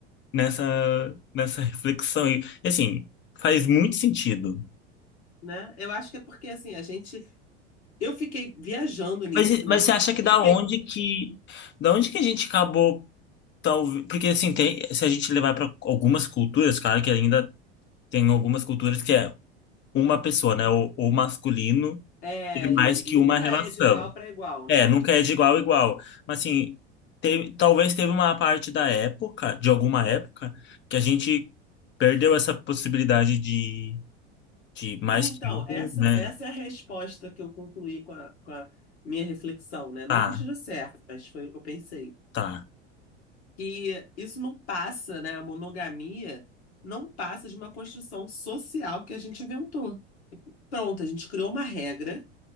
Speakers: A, on the left (about 35°); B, on the left (about 75°).
A: nessa, nessa reflexão. E, assim, faz muito sentido.
B: né? Eu acho que é porque assim, a gente. Eu fiquei viajando nisso,
A: Mas, mas
B: né?
A: você acha que da
B: E pe-
A: onde que. Da onde que a gente acabou. Talvez, porque, assim, tem, se a gente levar para algumas culturas, claro que ainda tem algumas culturas que é uma pessoa, né? O, o masculino
B: é
A: tem mais
B: isso,
A: que
B: nunca
A: uma relação.
B: é de igual para igual, né?
A: É, nunca é de igual a igual. Mas assim, teve, talvez teve uma parte da época, de alguma época, que a gente perdeu essa possibilidade de, de mais
B: Sim, então,
A: que um,
B: essa,
A: né?
B: essa é a resposta que eu concluí com a, com a minha reflexão, né?
A: Tá,
B: Não que eu esteja certo, mas foi o que eu pensei.
A: tá.
B: Que isso não passa, né? A monogamia não passa de uma construção social que a gente inventou. Pronto, a gente criou uma regra